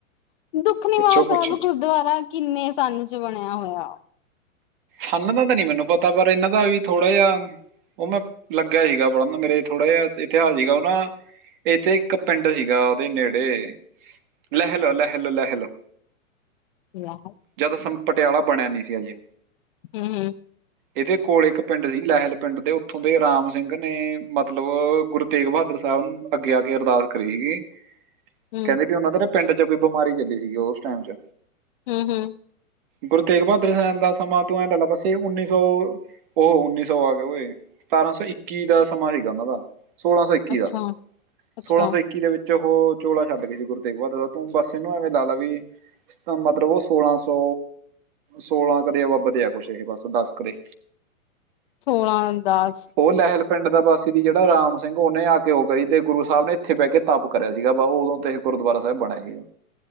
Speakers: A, on the left; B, on the right.
A: ਦੁੱਖ ਨਿਵਾਰ
B: ਪੁੱਛੋ ਪੁੱਛੋ
A: ਸੈਬ ਗੁਦਵਾਰਾ ਕਿੰਨੇ ਸੰਨ ਚ ਬਣੇਆ ਹੋਏਆ?
B: ਸੰਨ ਦਾ ਤਾਂ ਨੀ ਮੈਨੂੰ ਪਤਾ, ਪਰ ਏਨਾਂ ਤਾ ਵੀ ਥੋੜਾ ਯਾ, ਉ ਮੈ। ਲੱਗਿਆ ਸੀਗਾ ਪੜ੍ਹਨ ਮੇਰੇ ਥੋੜਾ ਜਿਹਾ ਇਤਿਹਾਸ ਸੀਗਾ ਉਹ ਨਾ ਇੱਥੇ ਇੱਕ ਪਿੰਡ ਸੀਗਾ, ਉਹਦੇ ਨੇੜੇ ਲੈਹਿਲੋ ਲੈਹਿਲੋ ਲੈਹਿਲੋ
A: ਆ
B: ਜਦੋਂ ਪਟਿਆਲਾ ਬਣਿਆ ਨੀ ਸੀ ਅਜੇ
A: ਹੂ ਹੂ
B: ਇਹਦੇ ਕੋਲ ਇੱਕ ਪਿੰਡ ਸੀ ਲਹਿਲ ਪਿੰਡ, ਦੇ ਉੱਥੋਂ ਦੇ ਰਾਮ ਸਿੰਘ ਨੇ ਮਤਲਬ ਗੁਰ ਤੇਗ ਬਹਾਦਰ ਸਾਹਿਬ ਨੂੰ ਅੱਗੇ ਆ ਕੇ ਅਰਦਾਸ ਕਰੀ ਸੀਗੀ
A: ਹੂੰ
B: ਕਹਿੰਦੇ ਕੀ ਉਹਨਾਂ ਦਾ ਨਾ ਪਿੰਡ ਚ ਕੋਈ ਬਿਮਾਰੀ ਚੱਲੀ ਸੀਗੀ ਉਸ ਟਾਈਮ ਚ
A: ਹੂ ਹੂ
B: ਗੁਰੂ ਤੇਗ ਬਹਾਦਰ ਸਾਹਿਬ ਦਾ ਸਮਾਂ ਤੂੰ ਐਂ ਲ ਲ ਬਸੇ ਉੱਨੀ ਸੌ ਉਹ ਉੱਨੀ ਸੌ ਆ ਗ ਹੋਏ ਸਤਾਰਾਂ ਸੌ ਇੱਕੀ ਦਾ ਸਮਾਂ ਸੀਗਾ ਉਹਨਾਂ ਦਾ, ਸੋਲਾਂ ਸੌ ਇੱਕੀ
A: ਅੱਛਾ
B: ਦਾ
A: ਅੱਛਾ
B: ਸੋਲਾਂ ਸੌ ਇੱਕੀ ਦੇ ਵਿੱਚ ਚੋ ਚੋਲਾ ਛੱਡ ਗਏ ਸੀ ਗੁਰੂ ਤੇਗ ਬਹਾਦਰ, ਤੂੰ ਬਸ ਇਹਨੂੰ ਐਵੇਂ ਲਾ ਲਾ ਵੀ ਇਸਦਾ ਮਤਲਬ ਉਹ ਸੋਲਾਂ ਸੌ ਸੋਲਾਂ ਕਦੇ ਵੱ ਵ ਦੇਆ ਕੁਛ ਇਹ ਬਸ ਦੱਸ ਕਦੇ
A: ਸੋਲਾਂ ਦਾਸ
B: ਉਹ ਲਹਿਲ ਪਿੰਡ ਦਾ ਵਾਸੀ ਦੀ ਜਿਹੜਾ ਰਾਮ ਸਿੰਘ ਉਹਨੇ ਆ ਕੇ ਉਹ ਕਰੀ ਤੇ ਗੁਰੂ ਸਾਹਿਬ ਨੇ ਇੱਥੇ ਬਹਿ ਕੇ ਤਪ ਕਰਿਆ ਸੀਗਾ ਵਾ, ਉਦੋਂ ਤੇ ਇਹ ਗੁਰਦੁਆਰਾ ਸਾਹਿਬ ਬਣਿਆ ਸੀਗਾ